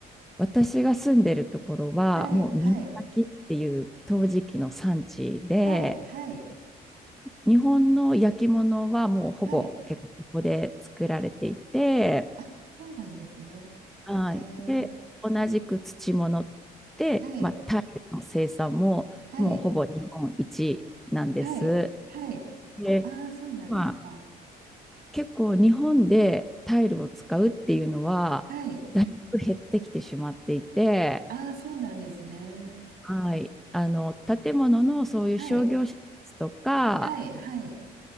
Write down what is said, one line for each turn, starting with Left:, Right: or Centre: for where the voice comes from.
Centre: 私が住んでるところは、
Right: はい、
Centre: もう美濃焼っていう陶磁器の産地で、
Right: はい、はい、はい、
Centre: 日本の焼き物はもうほぼ結構ここで作られていて、
Right: はい。あ、そうなんですね。
Centre: はい。
Right: えー、
Centre: で、同じく土物で、
Right: はい、
Centre: まあ、タイルの生産ももうほぼ日本一なんです。
Right: はい、はい、はい。
Centre: で、
Right: ああ、そうなんですか。
Centre: まあ結構日本でタイルを使うっていうのは、
Right: はい。
Centre: だいぶ減ってきてしまっていて、
Right: ああ、そうなんですね。
Centre: はい。あの、建物のそういう商業施設とか、
Right: はい。はい。はい。